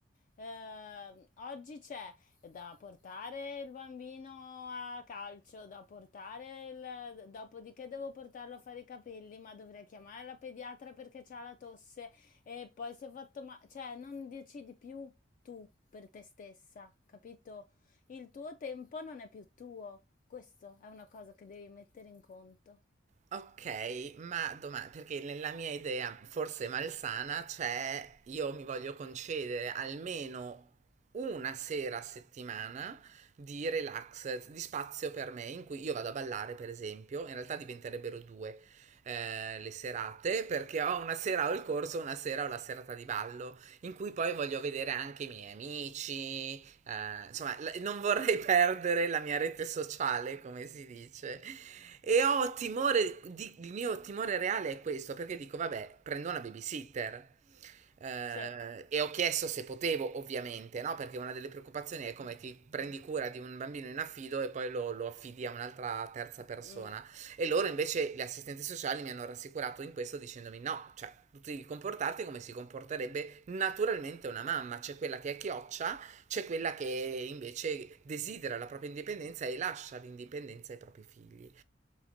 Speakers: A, on the left; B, on the right.
A: eh, oggi c'è da portare il bambino a calcio, da portare il... dopodiché devo portarlo a fare i capelli, ma dovrei chiamare la pediatra perché c'ha la tosse e poi si è fatto male. Cioè, non decidi più tu per te stessa, capito? Il tuo tempo non è più tuo. Questo è una cosa che devi mettere in conto.
B: Okay, ma doma perché nella mia idea, forse malsana, c'è: io mi voglio concedere almeno una sera a settimana di relax, di spazio per me, in cui io vado a ballare per esempio, in realtà diventerebbero 2, ehm, le serate, perché ho una sera ho il corso, una sera ho la serata di ballo, in cui poi voglio vedere anche i miei amici, eh, insomma, la- non vorrei <laughs> perdere la mia rete sociale, come si dice. E ho timore, di- il mio timore reale è questo, perché dico, vabbè, prendo una babysitter. Eh,
A: Sì.
B: e ho chiesto se potevo, ovviamente, no? Perché una delle preoccupazioni è come ti prendi cura di un bambino in affido e poi lo, lo affidi a un'altra terza persona.
A: Mm.
B: E loro invece, gli assistenti sociali, mi hanno rassicurato in questo dicendomi no, cioè tu devi comportarti come si comporterebbe naturalmente una mamma, cioè quella che è chioccia c'è quella che invece desidera la propria indipendenza e lascia l'indipendenza ai propri figli.